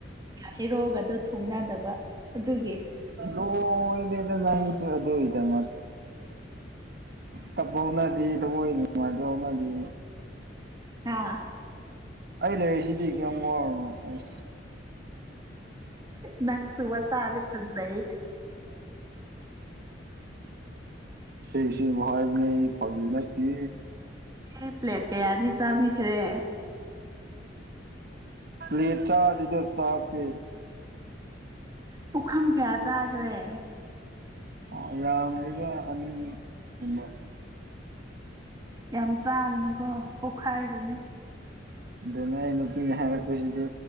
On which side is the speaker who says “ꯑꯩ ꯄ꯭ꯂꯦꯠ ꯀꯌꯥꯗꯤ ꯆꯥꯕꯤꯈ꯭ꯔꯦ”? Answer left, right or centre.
Right